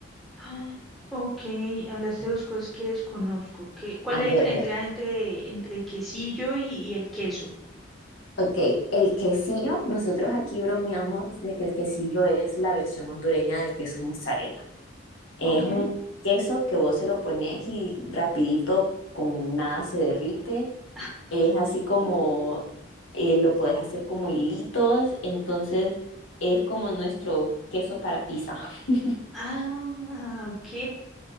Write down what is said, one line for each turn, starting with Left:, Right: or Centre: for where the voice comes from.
Centre: Ah, Ok, hablaste de dos cosas que desconozco. ¿Qué, cuál
Left: A
Centre: es la
Left: ver,
Centre: diferencia
Left: a ver.
Centre: entre, entre quesillo y, y el queso?
Left: Ok, el quesillo, nosotros
Centre: Ujú.
Left: aquí bromeamos de que el quesillo es la versión hondureña del queso mozzarella. Es
Centre: Ok.
Left: un queso que vos se lo pones y rapidito con nada se derrite.
Centre: <laughs>
Left: Es así como
Centre: Ok.
Left: eh, lo puedes hacer como hilitos, entonces es como nuestro queso para pizza. <laughs>
Centre: Ah, ok.